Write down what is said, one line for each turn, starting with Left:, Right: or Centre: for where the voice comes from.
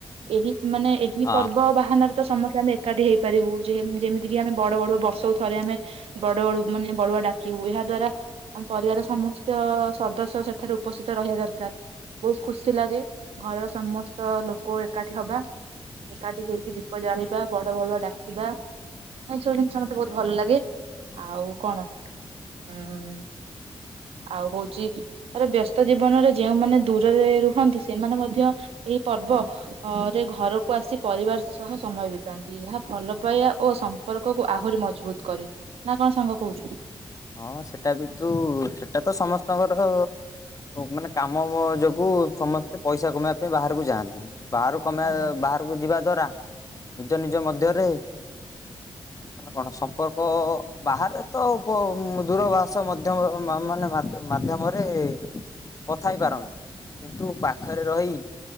Right: ଏହି। ମାନେ ଏହି
Left: ହଁ
Right: ପର୍ବ ବାହାନାରେ ତ ସମସ୍ତେ ଆମେ ଏକାଠି ହେଇ। ପାରିବୁ ଯେ ଯେମିତିକି ଆମେ ବଡ ବଡୁଆ ବର୍ଷକୁ ଥରେ ଆମେ ବଡ ବଡ ମାନେ ବଡୁଆ ଡାକିବୁ ଏହା ଦ୍ଵାରା ଆମ ପରିବାର ସମସ୍ତ ସଦସ୍ୟ ସେଠାରେ ଉପସ୍ଥିତ ରହିବା ଦରକାର ବହୁତ ଖୁସି ଲାଗେ ଘରର ସମସ୍ତ ଲୋକ ଏକାଠି ହବା ଏକାଠି ହେଇକି ଦୀପ ଜାଳିବା ବଡ ବଡୁଆ ଡାକିବା ଏ ସବୁ ଜିନିଷ ମତେ ବହୁତ ଭଲ ଲାଗେ ଆଉ କଣ ଉଁ ଆଉ ହଉଛି ତାର ବ୍ୟସ୍ତ ଜୀବନରେ ଯେଉମାନେ ଦୂରରେ ରୁହନ୍ତି ସେମାନେ ମଧ୍ୟ। ମଧ୍ୟ ଏହି ପର୍ବରେ ଘରକୁ ଆସି ପରିବାର ସହ ସମୟ ବିତାନ୍ତି ଏହା ଭଲ ପାଇବା ଓ ସମ୍ପର୍କକୁ ଆହୁରି ମଜବୁତ କରେ ନା କଣ ସାଙ୍ଗ କହୁଛୁ।
Left: ହଁ ସେଟା ବି ତୁ ସେଟା ତ ସମସ୍ତଙ୍କର ମାନେ କାମ ଯୋଗୁ ସମସ୍ତେ ପଇସା କମେଇବା ପାଇଁ ବାହାରକୁ ଯାଆନ୍ତି। ବାହାରୁ କମେଇ
Right: ହଁ
Left: ବାହାରକୁ ଯିବା ଦ୍ଵାରା। ନିଜ ନିଜ ମଧ୍ୟରେ ମ କଣ ସମ୍ପର୍କ ବାହାରେ ତ ଉପ ଦୂରଭାଷ ମଧ୍ୟମ ମାନେ ମାଧ୍ୟମରେ କଥା ହେଇ ପାରନ୍ତି କିନ୍ତୁ ପାଖରେ ରହି